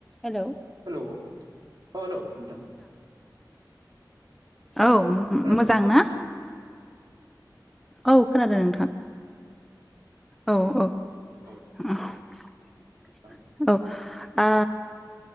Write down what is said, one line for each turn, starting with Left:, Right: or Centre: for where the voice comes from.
Centre: Hello
Right: hello. औ hello नोंथां।
Centre: औ
Right: खोनादों
Centre: मोजां ना। औ खोनादों नोंथां। औ औ।
Right: औ
Centre: <unintelligible>
Right: मा
Centre: आ